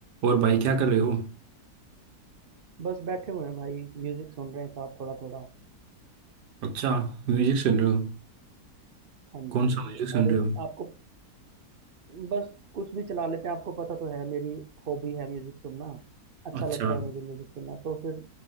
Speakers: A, on the right; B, on the right.
A: और भाई क्या कर रहे हो
B: बस बैठे हुए हैं भाई म्यूजिक सुन रहे हैं साथ थोड़ा थोड़ा
A: अच्छा म्यूजिक सुन रहे हो
B: हाँ जी
A: कौन
B: हाँ जी
A: सा म्यूजिक सुन
B: अरे
A: रहे हो
B: आपको बस कुछ भी चला लेते हैं आपको पता तो है मेरी हॉबी है म्यूजिक सुनना अच्छा
A: अच्छा
B: लगता है मुझे म्यूजिक सुनना तो फिर